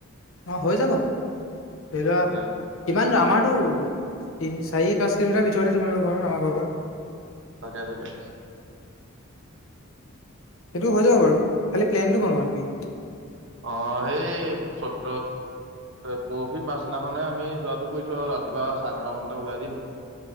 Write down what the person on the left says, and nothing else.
অ' হৈ যাব, ধৰি লোৱা
কিমান দুৰ? আমাৰতো তিনি চাৰি পাঁচ কিলোমিটাৰ ভিতৰতহে তোমালোকৰ ঘৰ আমাৰ ঘৰ পৰা।
সেইটো হৈ যাব বাৰু, খালি প্লেনটো বনোৱা তুমি।